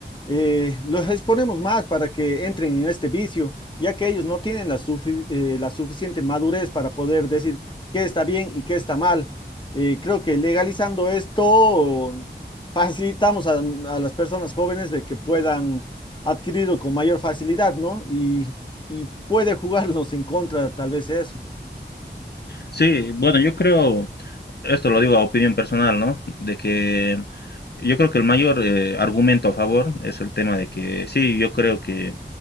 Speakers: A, on the left; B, on the left.
A: eh, los exponemos más para que entren en este vicio, ya que ellos no tienen la, sufi- eh, la suficiente madurez para poder decir qué está bien y qué está mal. Eh, creo que legalizando esto facilitamos a, a las personas jóvenes de que puedan adquirirlo con mayor facilidad, ¿no? Y, y puede jugarnos en contra tal vez eso.
B: Sí, bueno, yo creo, esto lo digo a opinión personal, ¿no? De que yo creo que el mayor eh, argumento a favor es el tema de que sí, yo creo que